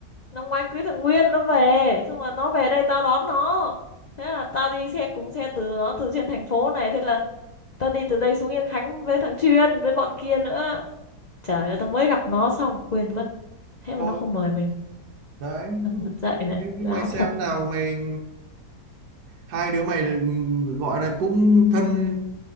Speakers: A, on the left; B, on the right.
A: Năm ngoái cưới thằng Nguyên nó về. Xong rồi nó về đây tao đón nó. Thế là tao đi xe cùng xe từ nó từ trên thành phố này. Thế là tao đi từ đây xuống Yên Khánh với thằng Chuyên, với bọn kia nữa. Trời ơi, tao mới gặp nó xong, quên mất. Thế mà nó
B: ồ
A: không mời mình.
B: đấy
A: Tao mất dạy này,
B: thế thì
A: láo
B: mày xem
A: thật.
B: nào mày hai đứa mày gọi là cũng thân